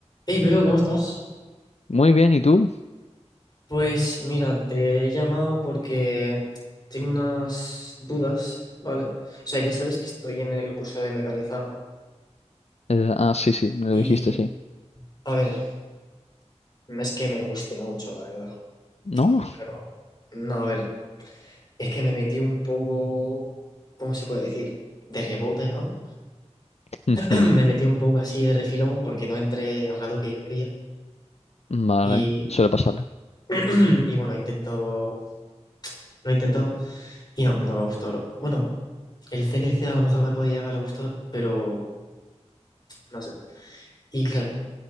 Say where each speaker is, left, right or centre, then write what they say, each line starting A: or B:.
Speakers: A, on the left; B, on the left.
A: Hey, bro, ¿cómo estás?
B: Muy bien, ¿y tú?
A: Pues mira, te he llamado porque tengo unas dudas, ¿vale? O sea, ya sabes que estoy en el curso de mecanizado
B: Eh, ah, sí, sí, me
A: y,
B: lo dijiste, sí.
A: a ver, no es que me guste mucho, la verdad.
B: ¿No?
A: Y claro, no, a ver, es que me metí un poco, ¿cómo se puede decir? De rebote, ¿no?
B: <laughs> Ujú.
A: <clears throat> Me metí un poco así de refilón porque no entré al rato que yo quería
B: Vale,
A: y,
B: suele pasar.
A: <clears throat> y bueno, he intentado, lo he intentado y no, no me gusta, bro. Bueno, el CNC a lo mejor me podía llegar a gustar, pero no sé. Y claro,